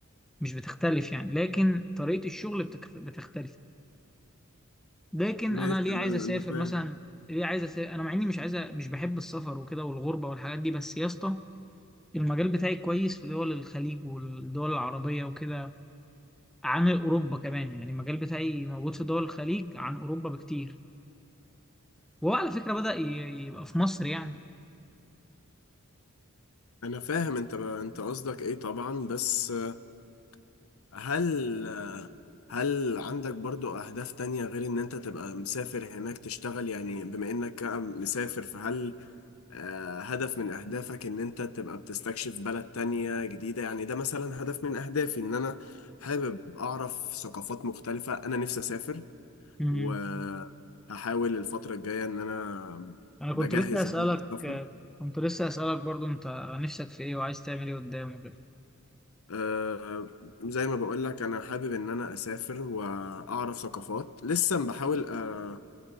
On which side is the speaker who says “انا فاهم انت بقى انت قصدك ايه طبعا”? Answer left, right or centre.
Left